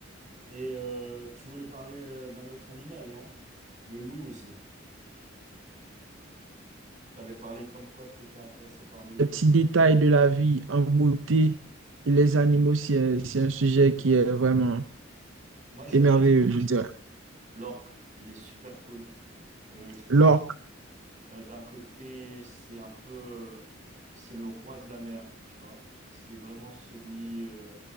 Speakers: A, on the right; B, on the right.
A: Et euh, tu voulais parler euh, d'un autre animal, non? Le loup aussi. T'avais parlé comme quoi t'étais intéressé par le loup.
B: les petits détails de la vie en beauté et les animaux, c'est un, c'est un sujet qui est vraiment
A: Moi, j'aime
B: émerveilleux,
A: bien l'or-
B: je dirais.
A: l'orque. Il est super cool. Euh, je trouve,
B: L'orque,
A: euh, d'un côté, c'est un peu, c'est le roi de la mer, tu vois. C'est vraiment celui euh,